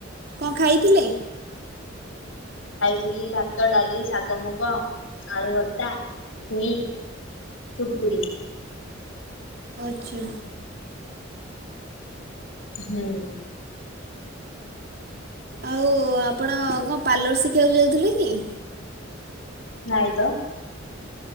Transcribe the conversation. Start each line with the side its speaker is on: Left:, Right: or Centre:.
Right: କଣ ଖାଇଥିଲେ?
Left: ଖାଇଥିଲି ଭାତ, ଡାଲି, ଶାଗ ମୁଗ, ଆଳୁ ଭର୍ତା, ଛୁଇଁ। କୁର୍କୁରି।
Right: ଆଚ୍ଛା।
Left: ହୁଁ।
Right: ଆଉ ଆପଣ କଣ ପାର୍ଲର ଶିଖିବାକୁ ଯାଉଥିଲେ କି?
Left: ନାଇଁ ତ।